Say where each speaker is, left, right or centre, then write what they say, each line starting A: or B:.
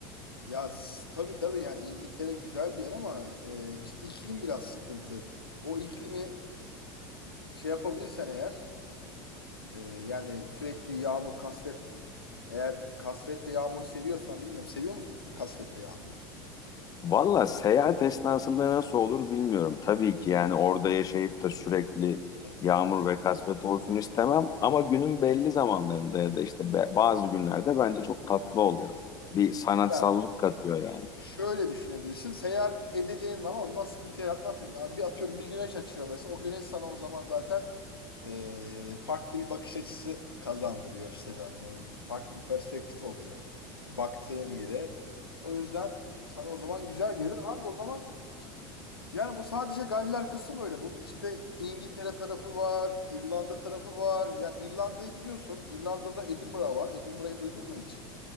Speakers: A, on the left; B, on the left.
A: Ya s- tabii tabii yani İngiltere güzel bir yer ama e, işte iklim biraz sıkıntı. O iklimi şey yapabilirsen eğer Ee, yani sürekli yağmur, kasvet. Eğer kasvet ve yağmuru seviyorsan bilmiyorum. Seviyor musun kasvet ve yağmuru?
B: Valla seyahat esnasında nasıl olur bilmiyorum. Tabii ki yani orada yaşayıp da sürekli
A: Hı
B: yağmur
A: hı.
B: ve kasvet olsun istemem. Ama günün belli zamanlarında ya da işte be- bazı günlerde bence çok tatlı oluyor. Bir sanatsallık
A: Yani
B: katıyor yani.
A: şöyle düşünebilirsin. Seyahat edeceğin zaman o zaman sıkıntı yaratmaz çünkü. Abi bir atıyorum bir güneş açıyor mesela. O güneş sana o zaman zaten eee, farklı bir bakış açısı kazandırıyor işte zaten. Hani farklı bir perspektif oluyor. Baktığın yere. O yüzden sana o zaman güzel gelir. Abi o zaman Yani bu sadece Galler kısmı öyle. Bunun işte İngiltere tarafı var, İrlanda tarafı var. Yani İrlanda'yı biliyorsun. İrlanda'da Edinburgh var. Edinburgh'ı duydun mu hiç?